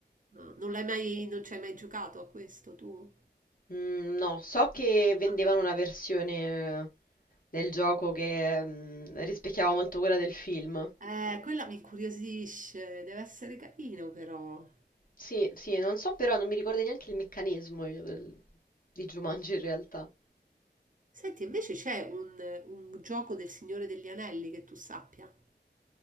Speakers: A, on the right; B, on the left.
A: No, non l'hai mai, non ci hai mai giocato a questo tu?
B: Mm, no, so che vendevano
A: No.
B: una versione eh, del gioco che mm, rispecchiava molto quella del film.
A: Eh, quella mi incuriosisce, deve essere carino però.
B: Sì, sì, non so però, non mi ricordo neanche il meccanismo io del- di Jumanji in realtà.
A: Senti, invece c'è un un gioco del Signore degli Anelli che tu sappia?